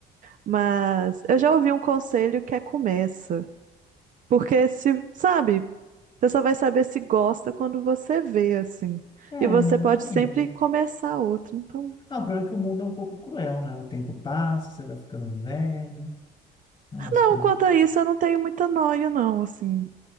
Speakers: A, on the right (about 50°); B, on the left (about 25°).
A: Mas eu já ouvi um conselho que é começa. Porque se, sabe, você só vai saber se gosta quando você vê, assim.
B: é,
A: E você
B: exatamente.
A: pode sempre começar outro. Então,
B: Ah, o problema é que o mundo é um pouco cruel, né? O tempo passa, você vai ficando velho, né? As
A: não,
B: coisas.
A: quanto a isso, eu não tenho muita noia, não, assim.